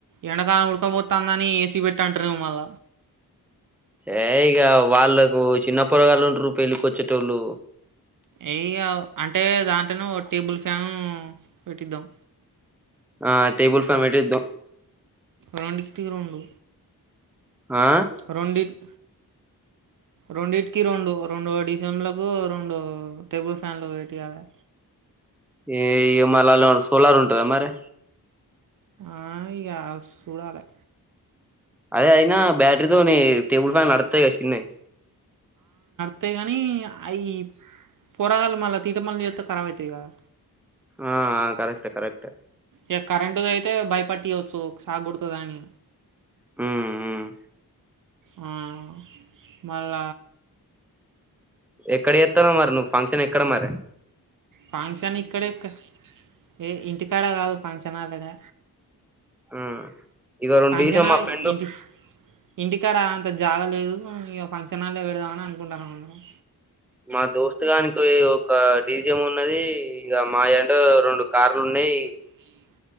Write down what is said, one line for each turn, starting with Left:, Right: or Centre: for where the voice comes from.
Right: ఎండాకాలం ఉడకబోతుందని ఏసీ పెట్టుంటారు ఏమో మళ్ళ
Centre: ఏ ఇగా వాళ్ళకు చిన్న పొరగాళ్లు ఉంట్ర పెళ్ళికిొచ్చేటోళ్ళు
Right: ఏ ఇగ అంటే దాంట్లనే ఓ టేబుల్ ఫ్యాను పెట్టిద్దాం
Centre: ఆ టేబుల్ ఫ్యాన్ పెట్టిద్దాం
Right: రొండిటికి రెండు
Centre: ఆ
Right: రోండిత్ రెండింటికి రెండు రెండు డి సి ఎం లకు రెండు టేబుల్ ఫ్యాన్లు వెట్టియ్యలే
Centre: ఈ ఇగ మళ్ళ అల్లా ఏం సోలార్ ఉంటద మరే
Right: ఆ ఇగా సుడాలే
Centre: అదే అయినా బ్యాటరీతోనీ టేబుల్ ఫ్యాన్ నడుతయ్యు గాదా సిన్నై
Right: అస్తయి కానీ అ పోరాగాలు మళ్ళా తీట పనులు చెత్తే కరబ్ అవుతాయి కదా
Centre: ఆ కరెక్ట్ కరెక్ట్
Right: ఇక కరెంటు అయితే భయపట్య్వచ్చు షాక్ కోడుతుంది అని
Centre: హ్మ్మ్ హ్మ్మ్
Right: హ్మ్మ్ మళ్ళ
Centre: ఎక్కడ చెత్తనవ్ మరి నువ్వు ఫంక్షన్ ఎక్కడ మరే
Right: ఫంక్క్షన్ ఇక్కడ క్క ఏ ఇంటికాడ కాదు ఫంక్షన్ హాల్ లానే
Centre: ఉమ్ ఇగో రెండు
Right: ఫంక్షన్హాల్
Centre: డీజే మా ఫ్రెండ్
Right: ఇంటి ఇంటికాడ అంత జాగలేదు ఇక ఫంక్షన్ల్లోే పెడదామని అనుకుంటున్నాం అందరం
Centre: మా దోస్తుగానికి ఒక డీసిఎం ఉన్నది ఇంకా మా అంటే ఏంటో రెండు కార్లు ఉన్నాయి
Right: హ్మ్మ్